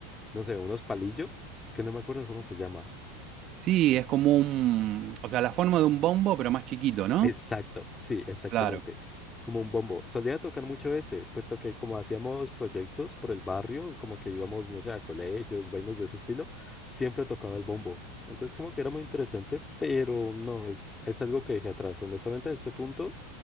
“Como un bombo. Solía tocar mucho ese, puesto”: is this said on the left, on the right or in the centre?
Left